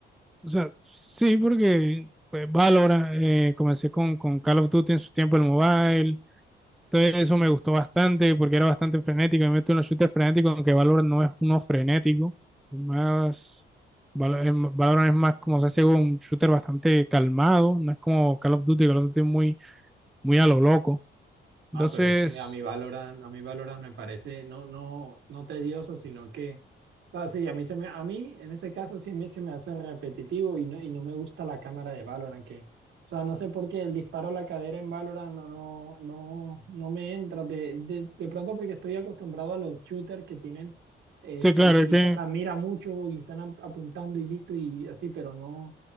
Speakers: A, in the centre; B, on the right (about 70°).
A: O sea, sí, porque pues, Valorant, eh, comencé con, con Call of Duty en su tiempo el mobile. Entonces eso me gustó bastante porque era bastante frenético. Me meto en los shooters frenéticos, aunque Valorant no es uno frenético. Es más, Val- es m- Valorant es más como se hace un shooter bastante calmado. No es como Call of Duty, Call of Duty es muy, muy a lo loco. Entonces,
B: Ah, pero es que a mí Valorant, a mí Valorant me parece no, no, no tedioso, sino que, o sea, sí, a mí se me, a mí en ese caso sí me, se me hace repetitivo y no, y no me gusta la cámara de Valorant, que, o sea, no sé por qué el disparo a la cadera en Valorant no, no, no, no me entra, de, de, de pronto porque estoy acostumbrado a los shooters que tienen, este,
A: sí, claro,
B: utilizan
A: es que
B: la mira mucho y están ap- apuntando y listo y así, pero no,